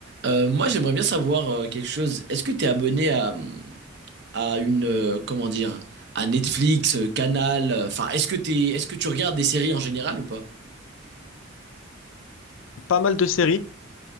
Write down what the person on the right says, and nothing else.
Euh, moi, j'aimerais bien savoir euh, quelque chose. Est-ce que tu es abonné à, à une, euh, comment dire, à Netflix, euh, Canal, euh, enfin, est-ce que t'es, est-ce que tu regardes des séries en général ou pas?